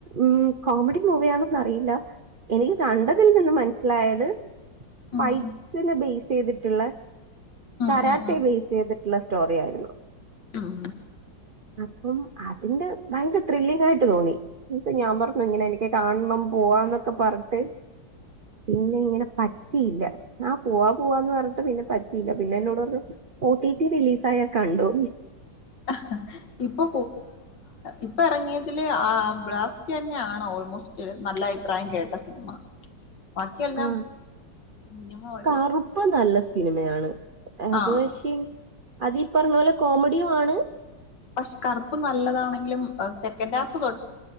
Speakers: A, on the right; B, on the left.
A: ഉം കോമഡി മൂവി ആണ് പറയില്ല എനിക്ക് കണ്ടതിൽ നിന്ന് മനസ്സിലായത്
B: ഉം
A: പൈറ്റ്സിനെ ബേസ് ചെയ്തിട്ടുള്ള
B: ഉം
A: കരാട്ടെ
B: ഉം ഉം
A: ബേസ് ചെയ്തിട്ടുള്ള സ്റ്റോറി ആയിരുന്നു
B: ഉം
A: അപ്പം അതിന്റെ ഭയങ്കര ത്രില്ലിങ് ആയിട്ട് തോന്നി ഇന്ന്ട്ട് ഞാൻ പറഞ്ഞു ഇങ്ങനെ എനിക്ക് കാണണം പോവാന്നൊക്കെ പറഞ്ഞിട്ട് പിന്നെ ഇങ്ങനെ പറ്റിയില്ല ആഹ് പോവാ പോവാന്ന് പറഞ്ഞിട്ട് പിന്നെ പറ്റിയില്ല പിന്നെ എന്നോട് പറഞ്ഞ ഒ ടി ടി റിലീസായാ കണ്ടോ
B: ആഹ ഇപ്പൊ ഇപ്പൊ ഇറങ്ങിയതില് ആ ബ്ലാസ്റ്റ് തന്നെയാണ് ഓൾമോസ്റ്റ് നല്ല അയ്പ്രായം കേട്ട സിനിമ ബാക്കിയെല്ലാം
A: ആഹ
B: മിനിമം ഒരു
A: കറുപ്പ് നല്ല സിനിമയാണ് അത്
B: ആഹ്
A: പക്ഷേ അത്ീ പറഞ്ഞ പോലെ കോമഡിയും ആണ്
B: <inaudible> പക്ഷെ കറുപ്പ് നല്ലതാണെങ്കിലും സെക്കൻഡ് ഹാഫ് തൊ